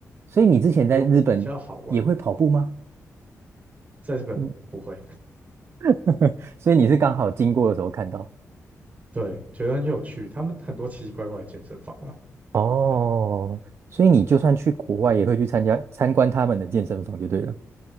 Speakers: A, on the right; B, on the right.
A: 所以你之前在日本也会跑步吗？
B: 有比较好玩，在日本不会，
A: 嗯，<laughs> 所以你是刚好经过的时候看到。
B: 对，觉得很有趣，他们很多奇奇怪怪的健身房啊，
A: 哦，
B: 嗯，
A: 所以你就算去国外，也会去参加参观他们的健身房就对了。